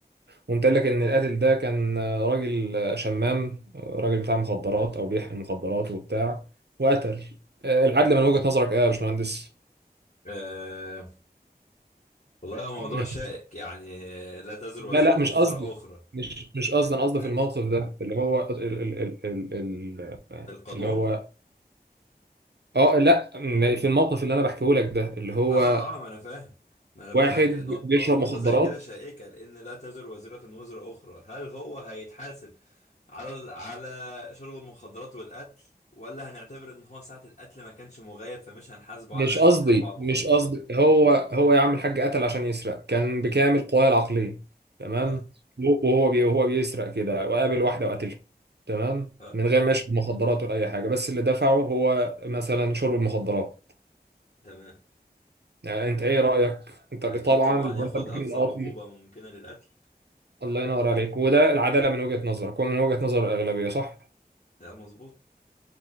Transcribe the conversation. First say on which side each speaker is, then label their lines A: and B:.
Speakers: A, on the right; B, on the left.
A: وقمت قايل لك ان القاتل ده كان آه، راجل آه، شمام آه، راجل بتاع مخدرات او بيحمل مخدرات وبتاع وقتل آه، العدل من وجهه نظرك ايه يا باشمهندس
B: آه والله هو موضوع
A: <laughs>
B: شائك يعني لا تزر
A: لا
B: وازرة
A: لا مش قصدي
B: وزر أخرى
A: مش مش قصدي
B: آه،
A: انا قصدي
B: آه،
A: في الموقف ده اللي هو ال ال ال ال ال
B: القانون
A: اللي هو اه لا م- في الموقف اللي انا بحكيه لك ده اللي هو
B: اه اه ما انا فاهم ما انا
A: واحد
B: بقول لك نقط-
A: بيشرب
B: نقط- نقطة
A: مخدرات
B: زي كده شائكة لان لا تزر وازرة وزر اخرى هل هو هيتحاسب على ال- على شرب المخدرات والقتل ولا هنعتبر ان هو ساعة القتل ما كانش مغيب فمش هنحاسبه
A: مش
B: على القتل
A: قصدي
B: هنحاسبه على المخدرات
A: مش قصدي هو هو يا عم الحاج قتل عشان يسرق كان بكامل قواه العقلية تمام
B: اه
A: وهو بي وهو بيسرق كده وقابل واحدة وقتلها تمام
B: اه
A: من غير ما يشرب مخدرات ولا أي حاجة بس اللي دفعه هو مثلا شرب المخدرات
B: تمام
A: يعني أنت إيه رأيك؟ أنت طبعا
B: اكيد طبعا
A: لو
B: ياخد
A: أنت مكان
B: اقصى
A: القاضي
B: عقوبة ممكنة للقتل
A: الله ينور عليك وده العدالة من وجهة نظرك ومن وجهة نظر الأغلبية صح؟
B: لا مظبوط